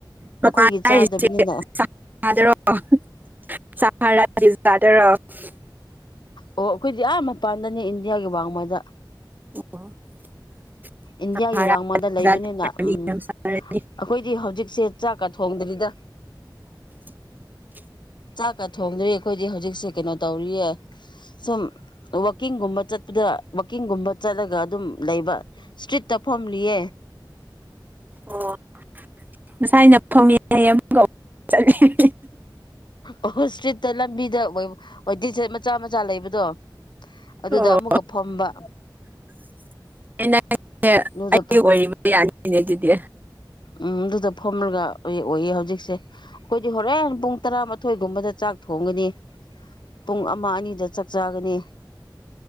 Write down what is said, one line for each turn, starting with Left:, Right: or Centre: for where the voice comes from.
Right: ꯃꯄꯥꯟ
Left: ꯑꯩꯈꯣꯏꯒꯤ
Right: ꯍꯥꯢꯔꯤꯁꯦ
Left: ꯆꯥꯗꯕꯅꯤꯅ
Right: <unintelligible> <unintelligible>
Left: ꯑꯣ ꯑꯩꯈꯣꯏꯗꯤ ꯑꯥ ꯃꯄꯥꯟꯗꯅꯦ ꯏꯟꯗꯤꯌꯥꯒꯤ ꯋꯥꯡꯃꯗ
Right: <unintelligible>
Left: ꯏꯟꯗꯤꯌꯥꯒꯤ
Right: ꯁꯍꯔꯥꯒꯤ
Left: ꯋꯥꯡꯃꯗ ꯂꯩꯕꯅꯤꯅ
Right: ꯖꯥꯠꯇꯔꯗꯤ
Left: ꯎꯝ
Right: ꯌꯥꯝ ꯁꯥꯔꯗꯤ
Left: ꯑꯩꯈꯣꯏꯗꯤ ꯍꯧꯖꯤꯛꯁꯦ ꯆꯥꯛꯀ ꯊꯣꯡꯗ꯭ꯔꯤꯗ
Right: <inaudible>
Left: ꯆꯥꯛꯀ ꯊꯣꯡꯗ꯭ꯔꯤ ꯑꯩꯈꯣꯏꯗꯤ ꯍꯧꯖꯤꯛꯁꯦ ꯀꯩꯅꯣ ꯇꯧꯔꯤꯌꯦ ꯁꯨꯝ ꯋꯥꯛꯀꯤꯡꯒꯨꯝꯕ ꯆꯠꯄꯗ ꯋꯥꯛꯀꯤꯡꯒꯨꯝꯕ ꯆꯠꯂꯒ ꯑꯗꯨꯝ ꯂꯩꯕ ꯏꯁꯇ꯭ꯔꯤꯠꯇ ꯐꯣꯝꯂꯤꯌꯦ
Right: ꯑꯣ ꯉꯁꯥꯏꯅ ꯐꯝꯃꯤ ꯍꯥꯢꯌꯦ ꯑꯃꯨꯛꯀ ꯑꯃꯨꯛ ꯆꯠꯂꯦ
Left: ꯑꯣ ꯏꯁꯇ꯭ꯔꯤꯠꯇ ꯂꯝꯕꯤꯗ ꯋꯦꯇꯤꯡ ꯁꯦꯠ ꯃꯆꯥ ꯃꯆꯥ ꯂꯩꯕꯗꯣ ꯑꯗꯨꯗ
Right: ꯑꯣ
Left: ꯑꯃꯨꯛꯀ ꯐꯝꯕ
Right: <unintelligible> ꯑꯩꯒꯤ
Left: ꯑꯗꯨꯗ
Right: ꯑꯣꯏꯔꯕ ꯌꯥꯅꯤꯅꯦ ꯑꯗꯨꯗꯤ
Left: ꯎꯝ ꯑꯗꯨꯗ ꯐꯝꯂꯒ ꯑꯣꯏꯌꯦ ꯍꯧꯖꯤꯛꯁꯦ ꯑꯩꯈꯣꯏꯗꯤ ꯍꯣꯔꯦꯟ ꯄꯨꯡ ꯇꯔꯥ ꯊꯣꯏꯒꯨꯝꯕꯗ ꯆꯥꯛ ꯊꯣꯡꯒꯅꯤ ꯄꯨꯡ ꯑꯃ ꯑꯅꯤꯗ ꯆꯥꯛ ꯆꯥꯒꯅꯤ